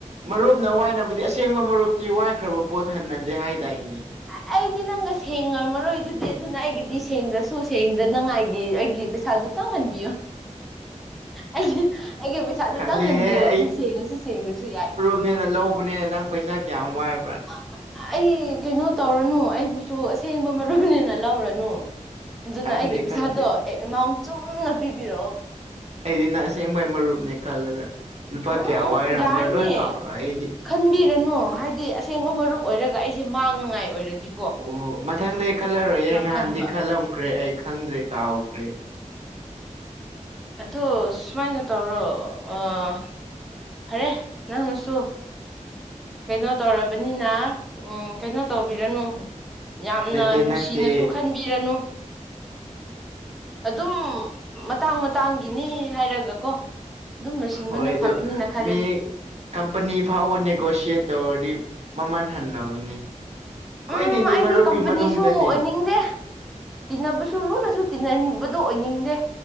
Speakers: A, on the right; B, in the centre.
A: ꯃꯔꯨꯞꯅ ꯋꯥꯏꯅꯕꯗꯤ ꯑꯁꯦꯡꯕ ꯃꯔꯨꯞꯇꯤ ꯋꯥꯏꯈ꯭ꯔꯕ ꯄꯣꯠ ꯍꯟꯅꯗꯦ ꯍꯥꯏꯗꯥꯏꯅꯦ
B: ꯑ ꯑꯩꯗꯤ ꯅꯪꯒ ꯁꯦꯡꯉꯝꯃꯔꯣꯏ ꯑꯗꯨꯗꯤ ꯑꯗꯨꯅ ꯑꯩꯒꯤꯗꯤ ꯁꯦꯡꯗꯔꯁꯨ ꯁꯦꯡꯗꯅꯉꯥꯏ ꯑꯦ ꯑꯩꯒꯤ ꯄꯩꯁꯥꯗꯨ ꯇꯪ ꯍꯟꯕꯤꯌꯣ ꯑꯩꯁ ꯑꯩꯒꯤ ꯄꯩꯁꯥꯗꯨꯇꯪ
A: ꯈꯪꯗꯦꯍꯦ
B: ꯍꯟꯕꯤꯔꯗꯤ ꯁꯦꯡꯉꯁꯨ ꯁꯦꯡꯗꯔꯁꯨ ꯌꯥꯏ
A: ꯅꯦꯅ ꯂꯧꯕꯅꯦꯅ ꯅꯪ ꯄꯩꯁꯥ ꯀꯌꯥꯝ ꯋꯥꯏ
B: ꯑ ꯑ ꯑꯩ ꯀꯩꯅꯣ ꯇꯧꯔꯅꯨ ꯑꯩꯕꯨꯁꯨ ꯑꯁꯦꯡꯕ ꯃꯔꯨꯅꯤꯅ ꯂꯧꯔꯅꯨ ꯅꯨ ꯑꯗꯨꯅ
A: ꯈꯪꯗꯦ
B: ꯑꯩꯒꯤ ꯄꯩꯁꯥꯗꯣ
A: ꯈꯪꯗꯦ
B: ꯑꯦ ꯑꯦꯃꯥꯎꯟ ꯆꯨꯝꯅ ꯄꯤꯕꯤꯔꯛꯑꯣ
A: ꯑꯩꯗꯤ ꯅ ꯑꯁꯦꯡꯕꯩ ꯃꯔꯨꯞꯅꯦ ꯈꯜꯂꯒ ꯂꯨꯄꯥ
B: ꯎꯝ
A: ꯀꯌꯥ ꯋꯥꯏꯔꯝꯕ꯭ꯔꯥ
B: ꯎꯝ ꯌꯥꯔꯅꯤ
A: ꯂꯣꯏ ꯀꯥꯎꯔ ꯑꯩꯗꯤ
B: ꯈꯟꯕꯤꯔꯅꯨ ꯍꯥꯏꯗꯤ ꯑꯁꯦꯡꯕ ꯃꯔꯨꯞ ꯑꯣꯏꯔꯒ ꯑꯩꯁꯦ ꯃꯥꯡꯅꯉꯥꯏ ꯑꯣꯏꯔꯗꯤ
A: ꯑꯣ ꯃꯊꯪꯗ ꯈꯜꯂꯔꯣꯏꯍ ꯉꯍꯥꯟꯗꯤ
B: ꯈꯟꯕ
A: ꯈꯜꯂꯝꯈ꯭ꯔꯦ ꯑꯩ ꯈꯪꯗ꯭ꯔꯦ ꯀꯥꯎꯈ꯭ꯔꯦ
B: ꯑꯗꯨ ꯁꯨꯃꯥꯏꯅ ꯇꯧꯔꯣ ꯑꯥ ꯐꯔꯦ ꯅꯪꯅꯁꯨ ꯀꯩꯅꯣ ꯇꯧꯔꯕꯅꯤꯅ ꯎꯝ ꯀꯩꯅꯣ ꯇꯧꯕꯤꯔꯅꯨ ꯌꯥꯝꯅ
A: ꯅꯠꯇꯦ
B: ꯅꯨꯡꯁꯤꯅꯁꯨ
A: ꯅꯠꯇꯦ
B: ꯈꯟꯕꯤꯔꯅꯨ ꯑꯗꯨꯝ ꯃꯇꯥꯡ ꯃꯇꯥꯡꯒꯤꯅꯤ ꯍꯥꯏꯔꯒꯀꯣ ꯑꯗꯨꯝ ꯂꯣꯏꯁꯤꯟꯕꯅ
A: ꯍꯣꯏ ꯑꯗꯨ
B: ꯐꯒꯅꯤꯅ ꯈꯜꯂꯦ
A: ꯃꯤ ꯀꯝꯄꯅꯤ ꯐꯥꯎꯕ ꯅꯦꯒꯣꯁꯤꯌꯦꯠ ꯇꯧꯔꯗꯤ ꯃꯃꯜ ꯍꯟꯅꯕꯅꯤ ꯈꯣꯏꯅꯤꯗꯤ
B: ꯎꯝ ꯑꯩꯗꯤ
A: ꯃꯔꯨꯞꯀꯤ
B: ꯀꯝꯄꯅꯤꯁꯨ
A: ꯃꯅꯨꯡꯗꯅꯤ
B: ꯑꯣꯏꯅꯤꯡꯗꯦ ꯇꯤꯟꯅꯕꯁꯨ ꯂꯨꯅꯁꯨ ꯇꯤꯟꯅꯅꯤꯟꯕꯗꯣ ꯑꯣꯏꯅꯤꯡꯗꯦ